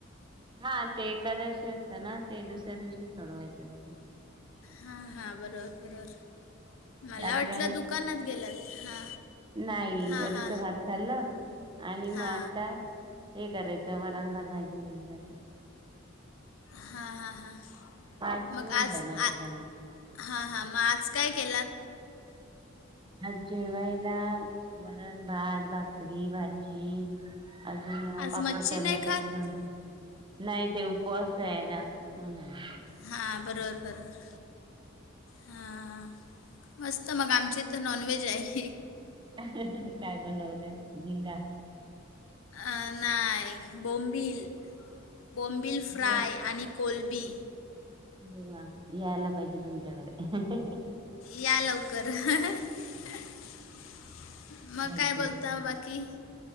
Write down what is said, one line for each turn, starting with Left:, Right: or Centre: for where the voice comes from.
Right: हा ते एकादशी असते ना, ते दुसऱ्या दिवशीच सोडवायची असते.
Left: हा हा बरोबर बरोबर. मला
Right: रात्री
Left: वाटलं दुकानात गेल्यात हा.
Right: नाई
Left: हा
Right: वरीचा
Left: हा
Right: भात खाल्ला आणि मग
Left: हा
Right: आत्ता हे करायचं वरण, भात, भाजी वगैरे असं.
Left: हा हा हा.
Right: चहा पिऊन
Left: मग आज
Right: जाणार
Left: आ
Right: दुकानात.
Left: हा हा, मग आज काय केलात?
Right: आज जेवायला वरण, भात, भाकरी, भाजी. अजून
Left: आज
Right: पापड
Left: मच्छी
Right: तळले
Left: नाही खात
Right: आहेत, लोणचे नाही ते उपवास आहे ना म्हणून.
Left: हा बरोबर बरोबर. हां मस्त मग आमच्या इथं नॉनव्हेज आहे.
Right: <unintelligible> काय बनवलं झिंगा?
Left: अ नाय बोंबील, बोंबील फ्राय
Right: अरे वा,
Left: आणि कोलबी.
Right: अरे वा, यायला पाहिजे तुमच्याकडे.
Left: या लवकर. <unintelligible> म
Right: बाकी
Left: काय बोलताव बाकी?